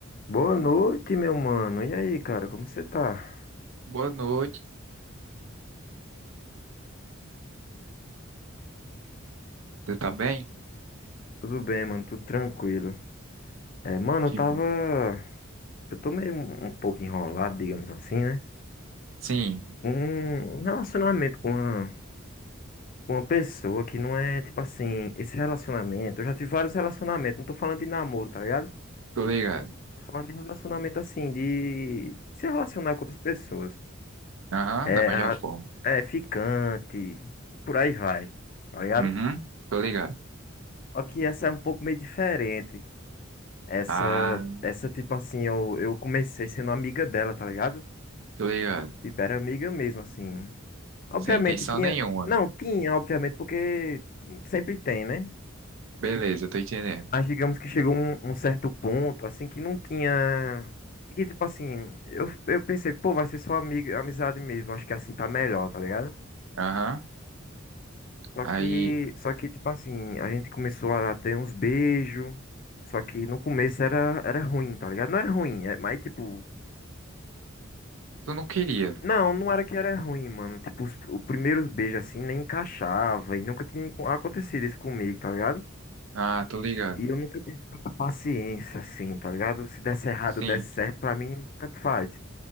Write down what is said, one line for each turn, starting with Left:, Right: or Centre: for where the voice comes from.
Left: Boa noite, meu mano. E aí, cara, como você tá?
Right: Boa noite, você tá bem?
Left: Tudo bem, mano? Tudo tranquilo. É, mano,
Right: Que
Left: eu tava.
Right: bom.
Left: Eu tô meio um, um pouco enrolado, digamos assim, né?
Right: Sim,
Left: Um um relacionamento com uma, com uma pessoa que não é, tipo assim, esse relacionamento. Eu já tive vários relacionamentos, não tô falando de namoro, tá ligado?
Right: tô ligado.
Left: Tô falando de relacionamento assim, de se relacionar com outras pessoas.
Right: Aham,
Left: É,
Right: da melhor
Left: a-
Right: forma.
Left: é ficante, por aí vai, tá ligado?
Right: Uhum, tô ligado.
Left: Só que essa é um pouco meio diferente. Essa,
Right: Ah,
Left: essa, tipo assim, eu, eu comecei sendo amiga dela, tá ligado?
Right: tô ligado.
Left: Tipo, era amiga mesmo, assim. Obviamente
Right: Sem intenção
Left: tinha.
Right: nenhuma.
Left: Não, tinha, obviamente, porque sempre tem, né?
Right: Beleza, tô entendendo.
Left: Mas digamos que chegou um, um certo ponto, assim, que não tinha. Que, tipo assim, eu, eu pensei, pô, vai ser só amiga, amizade mesmo, acho que assim tá melhor, tá ligado?
Right: Aham,
Left: Só
Right: aí,
Left: que, só que, tipo assim, a gente começou a ter uns beijos. Só que no começo era, era ruim, tá ligado? Não era ruim, é- mas tipo.
Right: tu não queria.
Left: Não, não era que era ruim, mano. Tipo, os, os primeiros beijos assim nem encaixava e nunca tinha enco- acontecido isso comigo, tá ligado?
Right: Ah, tô ligado.
Left: E eu nunca tive tanta paciência assim, tá ligado? Se desse errado,
Right: Sim,
Left: desse certo, pra mim, tanto faz.